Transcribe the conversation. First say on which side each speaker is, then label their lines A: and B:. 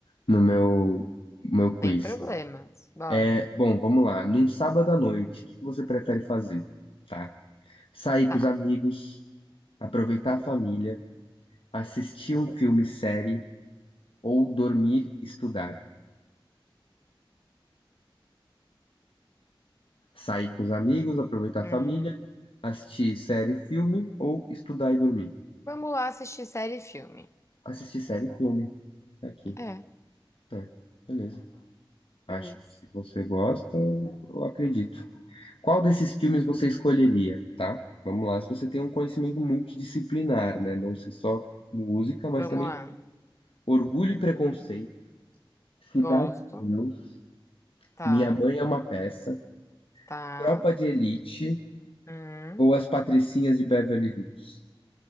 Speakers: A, on the left; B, on the left.
A: no meu, meu quiz.
B: Sem problemas. Bora.
A: É, bom, vamos lá. Num sábado à noite, o que que você prefere fazer? Tá? Sair
B: Tá.
A: com os amigos, aproveitar a família, assistir um filme, série ou dormir, estudar. Sair com os amigos, aproveitar
B: Hum,
A: a família, assistir série, filme ou estudar e dormir.
B: Vamos lá assistir série e filme.
A: Assistir série, e filme. Tá aqui.
B: É,
A: É, beleza. Acho
B: beleza.
A: que se você gosta, eu acredito. Qual desses filmes você escolheria, tá? Vamos lá. Se você tem um conhecimento multidisciplinar, né? Não ser só música,
B: Vamos
A: mas também
B: lá.
A: Orgulho e Preconceito, Cidade
B: Gosto.
A: de Deus,
B: Tá.
A: Minha Mãe é uma Peça,
B: Tá.
A: Tropa de Elite
B: Hum.
A: ou As Patricinhas de Beverly Hills?